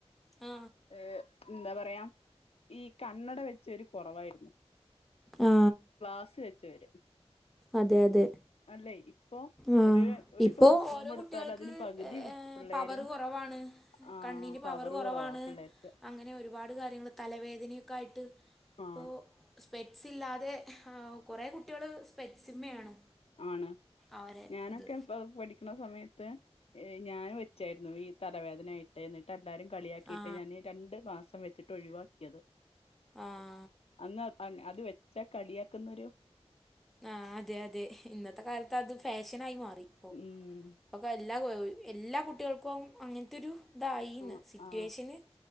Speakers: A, in the centre; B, on the left (about 65°).
A: ആ
B: ഏഹ് എന്താ പറയാം ഈ കണ്ണട വെച്ചവര് കുറവായിരുന്നു
A: ആ
B: ഗ്ലാസ്സ് വെച്ചവര്
A: അതെ അതെ
B: അല്ലെ ഇപ്പൊ
A: ആഹ്
B: ഒരു ഒരു
A: ഇപ്പോ
B: ക്ലാസ് റൂം
A: ഓരോ
B: എടുത്താൽ
A: കുട്ടികൾക്ക്
B: അതിന് പകുതി
A: ഏഹ്
B: പിള്ളേരും
A: പവർ കുറവാണ്
B: ആ
A: കണ്ണിന്റെ പവർ കുറവാണ്
B: കുറവാ പിള്ളേർക്ക്
A: അങ്ങനെ വരും ഒരുപാട് കാര്യങ്ങൾ തലവേദനയൊക്കെ ആയിട്ട്
B: ആ
A: ഇപ്പോ സ്പെറ്റ്സ് ഇല്ലാതെ കുറെ കുട്ടികള് സ്പെറ്റ്സിമ്മയാണ്
B: ആണ്
A: അവരെ
B: ഞാനൊക്കെ
A: ഇത്
B: ഇപ്പം പഠിക്കണ സമയത്ത് ഏഹ് ഞാൻ വെച്ചായി ഈ തലവേദനായിട്ട് എന്നിട്ട് എല്ലാരും കളിയാക്കിയിട്ട്
A: ആ
B: ഞാൻ രണ്ടു മാസം വെച്ചിട്ട് ഒഴിവാക്കിയത്
A: ആഹ്
B: അന്ന് അത് വെച്ചാ കളിയാക്കുന്നൊരു
A: ആ അതെ അതെ ഇന്നത്തെ കാലത്ത് അത് ഫാഷൻ ആയി മാറി ഇപ്പോ
B: ഉം
A: അപ്പൊ എല്ലാ എല്ലാ കുട്ടികൾക്കും അങ്ങനത്തെരു ഇതായിന്ന്
B: ആ
A: സിറ്റുവേഷന്
B: ആ